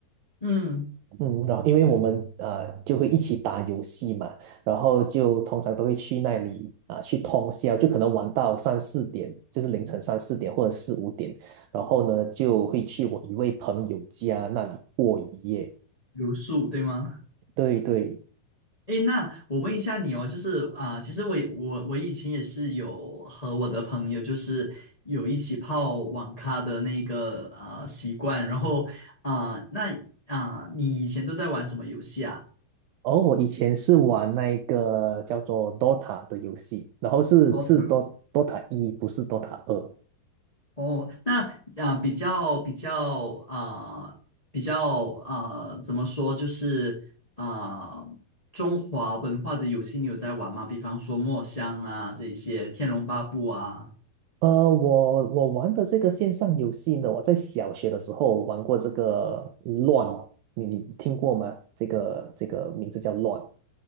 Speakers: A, on the left; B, on the right.
A: 嗯，
B: 嗯，然后因为我们呃就会一起打游戏嘛，然后就通常都会去那里啊、去通宵，就可能玩到三四点，就是凌晨三四点或者四五点，然后呢就会去我一位朋友家那里过一夜。
A: 留宿对吗？
B: 对对，
A: 诶，那我问一下你哦，就是啊、其实我也我我以前也是有和我的朋友，就是有一起泡网咖的那个啊、习惯，然后啊、那啊、你以前都在玩什么游戏啊
B: 而我以前是玩那个叫做 Dota 的游戏，然后是是
A: d
B: Dota 一，不是 Dota 二。
A: 哦，那啊、呃比较比较啊、呃比较啊、呃怎么说，就是啊、呃中华文化的游戏你有在玩吗？比方说《墨香》啊，这一些《天龙八部》啊，
B: 呃，我我玩的这个线上游戏呢，我在小学的时候玩过这个乱，你你听过吗？这个这个名字叫乱。